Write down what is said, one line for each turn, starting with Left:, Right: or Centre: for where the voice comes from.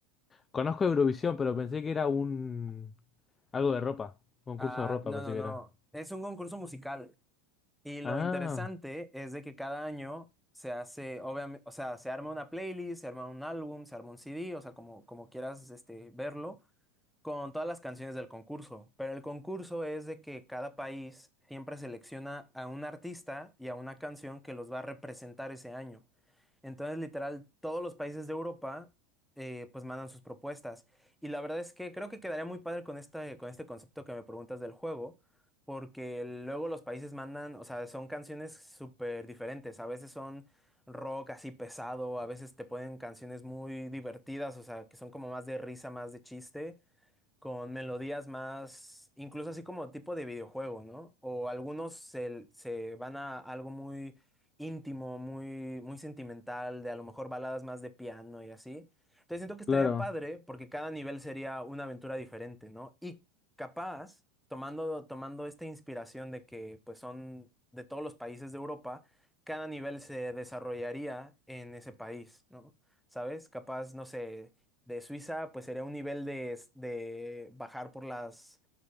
Left: Conozco Eurovisión, pero pensé que era un algo de ropa, concurso
Centre: Ah,
Left: de ropa
Centre: no,
Left: pensé
Centre: no,
Left: que
Centre: no.
Left: era.
Centre: Es un concurso musical. Y lo
Left: Ah,
Centre: interesante es de que cada año se hace, obviamente, o sea, se arma una playlist, se arma un álbum, se arma un CD, o sea, como, como quieras este, verlo, con todas las canciones del concurso, pero el concurso es de que cada país siempre selecciona a un artista y a una canción que los va a representar ese año. Entonces, literal, todos los países de Europa eh, pues mandan sus propuestas. Y la verdad es que creo que quedaría muy padre con este, con este concepto que me preguntas del juego, porque luego los países mandan, o sea, son canciones súper diferentes. A veces son rock así pesado, a veces te ponen canciones muy divertidas, o sea, que son como más de risa, más de chiste con melodías más, incluso así como tipo de videojuego, ¿no? O algunos se, se van a algo muy íntimo, muy, muy sentimental, de a lo mejor baladas más de piano y así. Entonces siento que estaría
Left: claro.
Centre: padre porque cada nivel sería una aventura diferente, ¿no? Y capaz, tomando, tomando esta inspiración de que pues son de todos los países de Europa, cada nivel se desarrollaría en ese país, ¿no? ¿Sabes? Capaz, no sé de Suiza, pues sería un nivel de, s- de bajar por las,